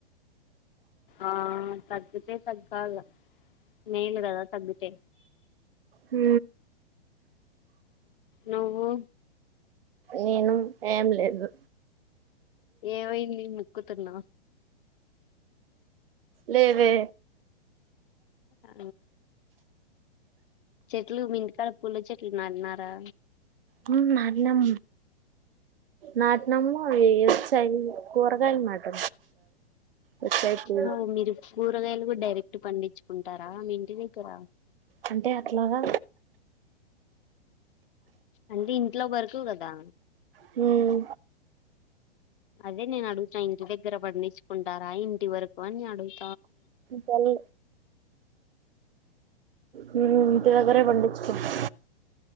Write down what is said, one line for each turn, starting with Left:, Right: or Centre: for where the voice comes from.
Left: ఆ తగ్గుతే తగ్గాల మేలు కదా తగ్గుతే
Right: ఊ
Left: నువ్వూ
Right: నేనూ ఏం లేదు
Left: ఏమైంది ముక్కుతున్నావ్
Right: లేదే
Left: ఆ చెట్లు మి ఇంటికాడ పూల చెట్లు నాటి నారా
Right: హ్మ్ నాటినం నాటినం అయి వచ్చాయి కూరగాయ్ నాట్ వచ్చాయి తి
Left: ఓ మీరు కూరగాయలు కూడా డైరెక్ట్ పండించుకుంటారా మీ ఇంటి దగ్గర
Right: అంటే అట్లాగా
Left: అంటే ఇంట్లో వరకు కదా
Right: హ్మ్
Left: అదే నేన్ అడుగుతున్న ఇంటి దగ్గర పండించుకుంటారా ఇంటి వరకు అని అడుగ్
Right: పల్ హ్మ్ ఇంటి దగ్గరే పండిచ్కుంటా